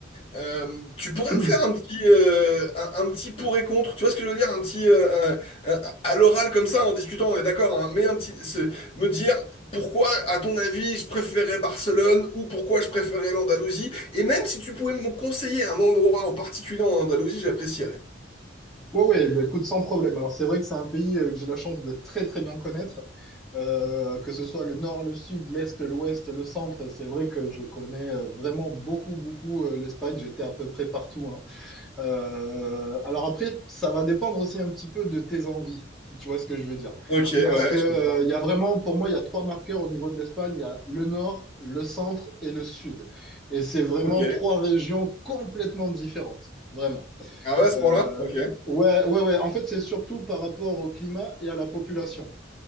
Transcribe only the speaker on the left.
Euh, tu pourrais
me faire un petit, euh, un, un petit pour et contre, tu vois ce que je veux dire? Un petit, euh, un- un- à l'oral comme ça, en discutant, on est d'accord, hein, mais un petit, ce- me dire pourquoi, à ton avis, je préférais Barcelone ou pourquoi je préférais l'Andalousie, et même si tu pouvais me conseiller un endroit en particulier en Andalousie, j'apprécierais.
Ok, ouais,
je comprends.
Ok.
Ah ouais, à ce
point-là? Ok.